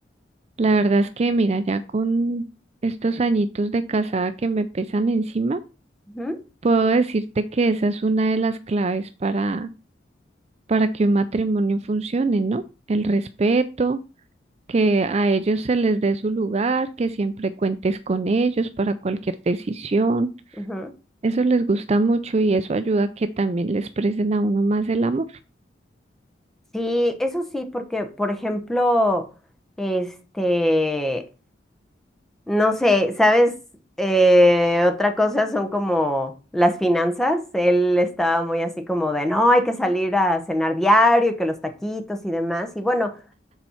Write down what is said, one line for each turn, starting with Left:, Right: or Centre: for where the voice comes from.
Right: La verdad es que, mira, ya con estos añitos de casada que me pesan encima,
Centre: Ujú,
Right: puedo decirte que esa es una de las claves para, para que un matrimonio funcione, ¿no? El respeto, que a ellos se les dé su lugar, que siempre cuentes con ellos para cualquier decisión.
Centre: ujú.
Right: Eso les gusta mucho y eso ayuda a que también les presten a uno más el amor.
Centre: Sí, eso sí, porque, por ejemplo, este, No sé, ¿sabes? Eh, otra cosa son como las finanzas. Él estaba muy así como de, no, hay que salir a cenar diario y que los taquitos y demás. Y bueno,